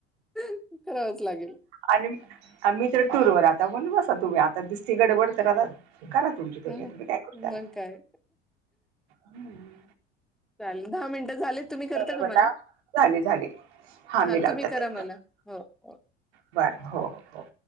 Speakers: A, in the centre; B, on the right.
A: करावच लागेल.
B: आणि मी तर टूरवर. आता मनलं बसा, तुम्ही आता. दिसतीय गडबड तर आता करा तुमची <unintelligible> तुम्ही
A: ह
B: आता. मी काय करू त्याला?
A: मग काय
B: हम्म
A: चाले. दहा मिनटं झाले, तुम्ही करता
B: ग
A: का
B: बेटा
A: मला?
B: झाले झाले
A: हा,
B: मी लावतात
A: तुम्ही करा
B: एक
A: मला. हो, हो.
B: बर. हो, हो.